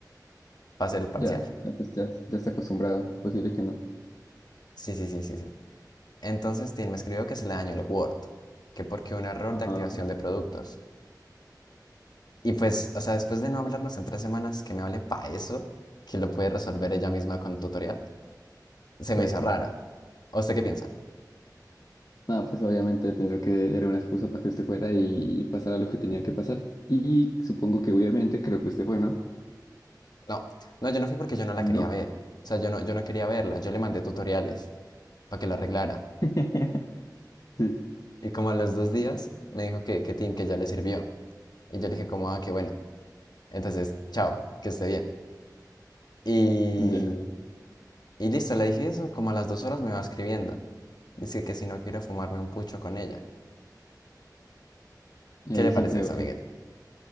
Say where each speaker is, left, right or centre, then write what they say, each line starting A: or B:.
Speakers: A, on the left (about 70°); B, on the left (about 55°).
A: para hacer el parcial.
B: ya, no, pues ya, ya está acostumbrada, posible que no.
A: Sí, sí, sí, sí, sí. Entonces, Tim me escribió que se le dañó el Word, que porque un error
B: Ajá,
A: de activación de productos. Y pues, o sea, después de no hablarnos en tres semanas, que me hable pa eso, que lo puede resolver ella misma con un tutorial, se
B: exacto.
A: me hizo raro. ¿O usted qué piensa?
B: No, pues obviamente pienso que era una excusa para que usted fuera y, y pasara lo que tenía que pasar. Y supongo que obviamente creo que usted fue, ¿no?
A: No, no, yo no fui porque yo no la
B: ¿No?
A: quería ver. O sea, yo no, yo no quería verla, yo le mandé tutoriales para que la arreglara.
B: <laughs> Sí,
A: Y como a los dos días me dijo que, que Tim, que ya le sirvió. Y yo le dije como, ah, qué bueno. Entonces, chao, que esté bien. Y
B: ya.
A: Y listo, le dije eso, como a las dos horas me va escribiendo. Dice que si no quiero fumarme un pucho con ella.
B: Y
A: ¿Qué
B: ahí
A: le
B: sí
A: parece
B: fue,
A: eso,
B: ok.
A: Miguel?